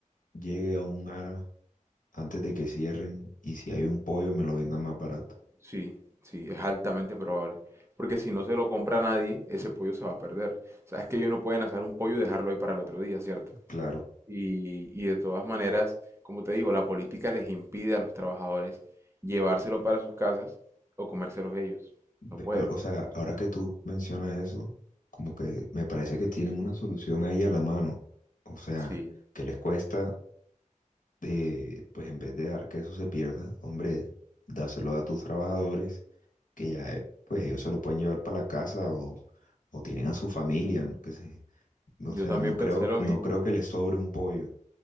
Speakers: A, on the left; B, on the right.
A: llegue a un ara antes de que cierren y si hay un pollo me lo vendan más barato.
B: Sí, sí, es altamente probable. Porque si no se lo compra nadie, ese pollo se va a perder. Sabes que ellos no pueden asar un pollo y dejarlo ahí para el otro día, ¿cierto?
A: Claro.
B: Y, y de todas maneras, como te digo, la política les impide a los trabajadores llevárselo para sus casas o comérselos ellos.
A: Ve,
B: No pueden.
A: Pero, o sea, ahora que tú mencionas eso, como que me parece que tienen una solución ahí a la mano. O sea,
B: Sí,
A: que les cuesta, eh, pues en vez de dejar que eso se pierda, hombre, dáselo a tus trabajadores, que ya, eh, pues ellos se lo pueden llevar para la casa o, o tienen a su familia, ¿no? Que se, o
B: yo
A: sea,
B: también
A: no creo,
B: pensé lo
A: no
B: mismo.
A: creo que les sobre un pollo,